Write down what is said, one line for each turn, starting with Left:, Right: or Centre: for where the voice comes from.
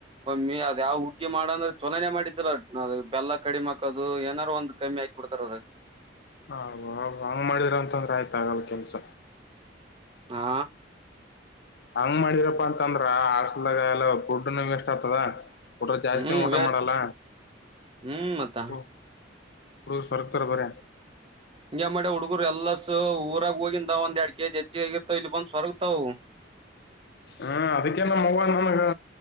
Right: ಒಮ್ಮ ಅದ ಯಾವ ಉಗ್ಗಿ ಮಾಡಂದ್ರೆ ಚೊಲನೇ ಮಾಡಿದಲ್ಲ ಬೆಲ್ಲ ಕಡಿಮಾಕದು ಏನಾರು ಒಂದ್ ಕಮ್ಮಿ ಆಾಕ್ಬಿಡ್ತಾರ
Left: ಹ ಹಂಗ್ ಮಾಡಿರ ಅಂತಂದ್ರೆ ಆಯ್ತ ಆಗಲ್ಲ ಕೆಲ್ಸ
Right: ಹಾ
Left: ಹಂಗ್ ಮಾಡಿರಪ್ಪಾ ಅಂತಂದ್ರ ಹಾಸ್ಟೆಲ್ಲ್ದಾಗ ಎಲ್ಲ ಫುಡ್ ವೇಸ್ಟ್ ಆಗ್ತದ ಊಟ್ರ ಜಾಸ್ತಿನ
Right: ಹ್ಮ್
Left: ಊಟ
Right: ವೇಸ್ಟ್
Left: ಮಾಡಲ್ಲ
Right: ಹ್ಮ್ ಮತ್ತ
Left: ಓ <unintelligible> <unintelligible> <unintelligible> ತರ ಬರ
Right: ಹಿಂಗ ಮಾಡ್ಯ ಹುಡುಗರು ಎಲ್ಲಾ ಊರಾಗ ಹೋಗಿಿಂದ ಒಂದ್ ಎರಡು ಕೆಜಿ ಹೆಚ್ಚಿ ಆಗಿತಾವ ಇಲ್ಲಿ ಬಂದ್ ಸರರ್ಗ್ತಾವ
Left: ಹಾ ಅದಕ್ಕೆ ನಮ್ ಅವ್ವ್ ನನಗ